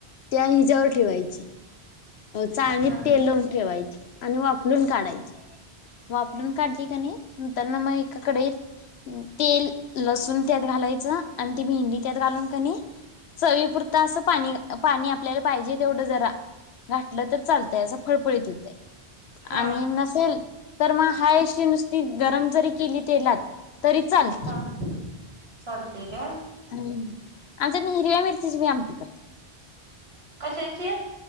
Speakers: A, on the left; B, on the right.
A: त्या हिच्यावर ठेवायची. चाळनीत
B: हा हा
A: तेल लावून ठेवायची आणि वाफलून काढायचे. वाफलुन काढली का नाही नंतर मग एका कढईत तेल, लसुण त्यात घालायचं आणि ती भेंडी त्यात घालून कनी चवीपुरता असं पाणी, पाणी आपल्याला पाहिजे तेवढं जरा घातलं तर चालतय असं फळफळीत होतय
B: हा
A: आणि
B: हा
A: नसेल तर मग हाय अशी नुसती गरम जरी केली तेलात तरी चाल
B: हा चालतय घ्या.
A: हम्म! आमच्यात हिरव्या मिरचीची बी आमटी करतात.
B: कशाची